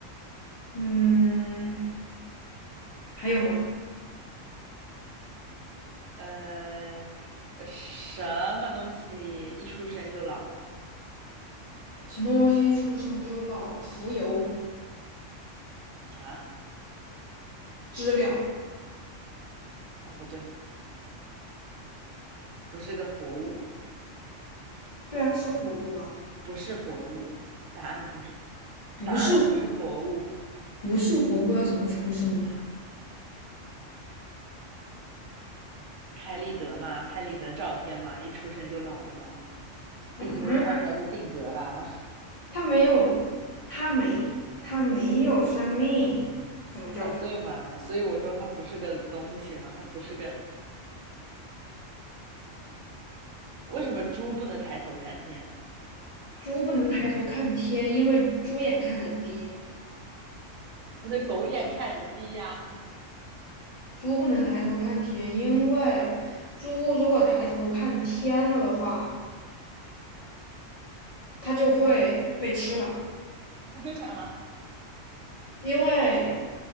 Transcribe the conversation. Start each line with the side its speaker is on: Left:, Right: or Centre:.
Left: 嗯，还有吗？
Right: 呃，呃什么东西一出生就老了
Left: 什么东西一出生就老了？浮游
Right: 啊？
Left: 知了，
Right: 啊，不对，不是个活物啊
Left: 对啊，是活物啊。
Right: 不是活物，答案不是，
Left: 不是
Right: 答案不是活物。
Left: 不是活物要怎么出生啊？
Right: 拍立得嘛，拍立得照片嘛，一出生就老了嘛。
Left: 嗯，
Right: 定，因为拍出来就定格啦，
Left: 它没有，它没，它没有生命，怎么叫出生？
Right: 啊，对嘛，所以我说它不是个东西嘛，它不是个，为什么猪不能抬头看天？
Left: 猪不能抬头看天，因为猪眼看人低。
Right: 那是狗眼看人低呀、你
Left: 猪不能抬头看天，因为猪如果抬头看天了的话，它就会被吃了。
Right: 为啥
Left: 因为